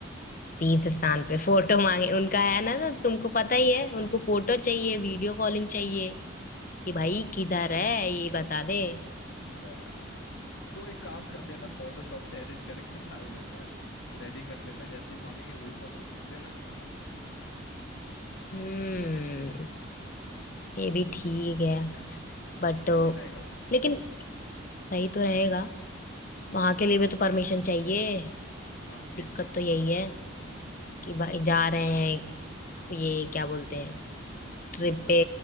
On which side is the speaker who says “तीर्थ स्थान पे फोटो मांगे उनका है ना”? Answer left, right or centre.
Left